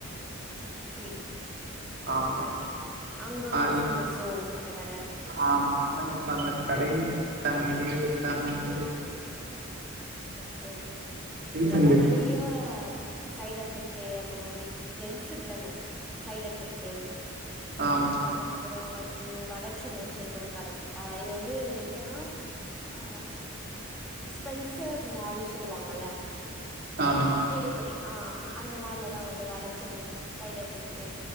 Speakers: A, in the centre; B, on the right.
A: அப்டி
B: ஆமா
A: ஓகே ஓகே அங்க ரொம்ப
B: அது
A: ஃபேமஸோ அந்த கட
B: ஆமா ஆனா இப்ப அந்த கடயே <unintelligible> எடுத்தாங்கன்ட்டு
A: ஓகே ஓகே
B: ரீசன்
A: இங்கெல்லா
B: தெர்ல
A: நெறையா சைடு எஃபெக்ட் அந்த மா ரி ஜென்ஸ்க்குதான சைடு எஃபெக்ட்டு
B: ஆமா
A: அதுக்கப்புறோ வந் இது வடச்சென்னைன்னு சொல்ட்டு ஒரு கட இருக்கோ இது வந்து எங் ங்கனா ஆ ஸ்பென்சர் மால் சொல்லுவாங்கல்ல
B: ஆமா
A: கேவி பட்டிக் ஆ ஹ அந்த மால்ல தா வந்து வடசென்னை சைடு எஃபெக்ட்டு